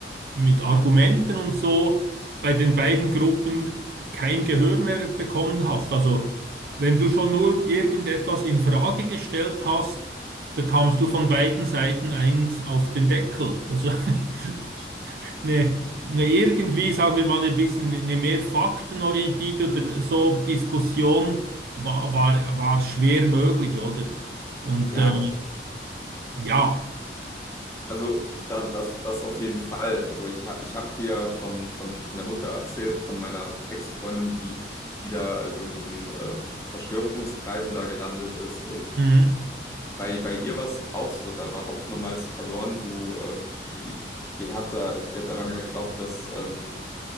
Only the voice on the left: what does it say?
Ja,
Also da, das, das auf jeden Fall. Also ich, ha- ich habe dir ja von, von, von der Mutter erzählt, von meiner Ex-Freundin, die, die da also in diesen äh, Verschwörungskreisen da gelandet ist. Und
bei, bei ihr war es auch so, da war Hopfen und Malz verloren. Du, ähm, die, die hat da, die hat daran geglaubt, dass ähm,